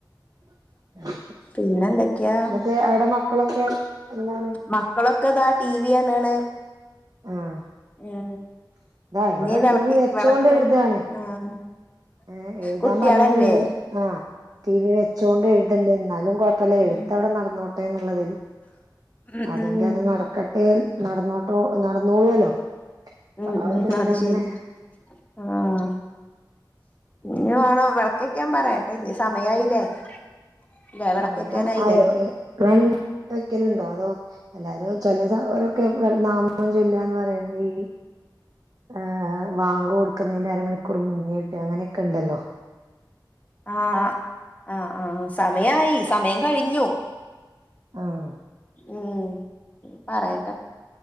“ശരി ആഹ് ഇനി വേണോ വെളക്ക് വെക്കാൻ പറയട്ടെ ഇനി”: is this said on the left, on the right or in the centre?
Left